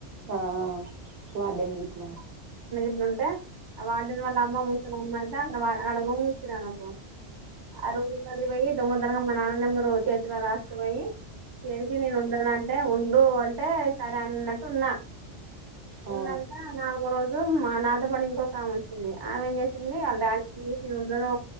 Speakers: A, on the right; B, on the right.
A: ఆ వార్డెన్ గిట్ల
B: ఇంగతే అ వార్డెన్‌ వాళ్ళ అమ్మ ముసలమ్మా అంట వా ఆడ రూం ఇచ్చిరనుకో ఆ రోజు పనికి బోయిన్ దొంగతనంగా మానాన్న నెంబరు చేతులో రాస్కుబోయి ఎ నేనిడ ఉండనంటే ఉండు అంటే సరే అన్నట్టు ఉన్నా ఉన్నంక
A: ఆ
B: నాలుగో రోజు ఈ రోజు మా నాతో పాటు ఇంకొకమె వచ్చింది ఆమె ఏం జెసింది అల్ డాడీ కి జెసి నేను ఉండను